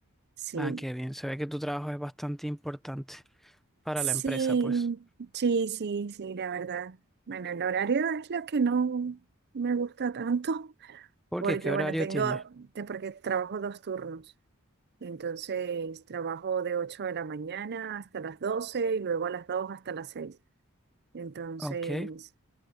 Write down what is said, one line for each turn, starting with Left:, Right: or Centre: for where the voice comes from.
Right: Sí.
Centre: Ah, qué bien, se ve que tu trabajo es bastante importante para
Right: Sí,
Centre: la empresa, pues.
Right: sí, sí, sí, la verdad. Bueno, el horario es lo que no me gusta tanto, <laughs>
Centre: ¿Por
Right: porque
Centre: qué? ¿Qué horario
Right: bueno, tengo,
Centre: tienes?
Right: te- porque trabajo dos turnos. Entonces, trabajo de 8 de la mañana hasta las 12 y luego a las 2 hasta las 6. Entonces,
Centre: Ok.